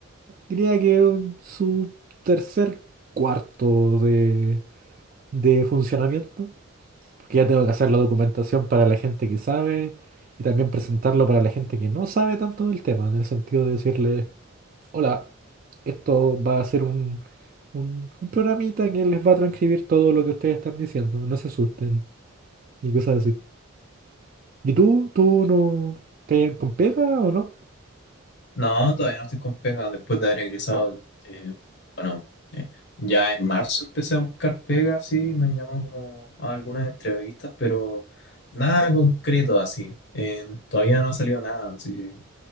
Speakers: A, on the right; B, on the left.
A: diría que en su tercer cuarto de, de funcionamiento. Porque ya tengo que hacer la documentación para la gente que sabe y también presentarlo para la gente que no sabe tanto del tema, en el sentido de decirle, hola, esto va a ser un, un, un programita que les va a transcribir todo lo que ustedes están diciendo, no se asusten y cosas así. ¿Y tú? ¿Tú no te con pega o no?
B: No, todavía no estoy con pega después de haber egresado. eh, bueno, eh, ya en marzo empecé a buscar pega, sí, me han llamado como a algunas entrevistas, pero nada concreto así. eh, todavía no ha salido nada. sí.